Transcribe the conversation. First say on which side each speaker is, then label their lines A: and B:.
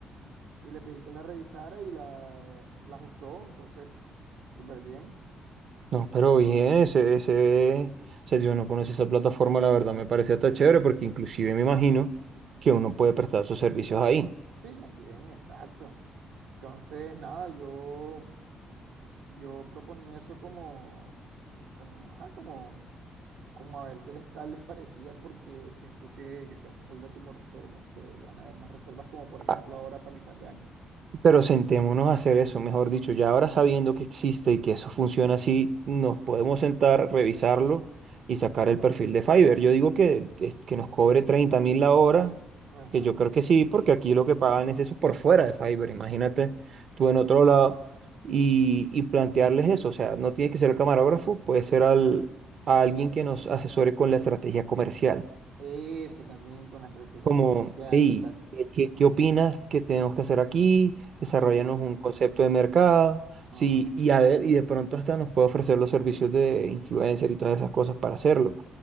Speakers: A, on the right (about 80°); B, on the right (about 55°).
A: Y le pedí que la revisara y la, la ajustó, entonces, pf, súper bien.
B: no, pero bien, ese, ese, o sea, yo no conocí esa plataforma, la verdad me pareció hasta chévere porque inclusive me imagino que uno puede prestar sus servicios ahí.
A: Sí, también, exacto. Entonces, nada, yo, yo proponía eso como, como, ajá, como, como a ver qué les tal les parecía, porque siento que, que se hace falta como reservas, que deberían haber más reservas, como por ejemplo
B: Ah,
A: ahora para mitad de año.
B: Pero sentémonos a hacer eso, mejor dicho, ya ahora sabiendo que existe y que eso funciona así, nos podemos sentar, revisarlo y sacar el perfil de Fiverr. Yo digo que, es- que nos cobre treinta mil la hora,
A: Ajá.
B: que yo creo que sí, porque aquí lo que pagan es eso por fuera de Fiverr, imagínate tú en otro lado y, y plantearles eso, o sea, no tiene que ser el camarógrafo, puede ser al, a alguien que nos asesore con la estrategia comercial
A: Eso también con la estrategia
B: como,
A: comercial,
B: hey,
A: exacto.
B: ¿qué, qué-
A: Ujú.
B: qué opinas que tenemos que hacer aquí? Desarrollanos
A: Sí,
B: un concepto de mercado.
A: ajá.
B: Sí, y a ver, y de pronto hasta nos puede ofrecer los servicios de influencer y todas esas cosas para hacerlo.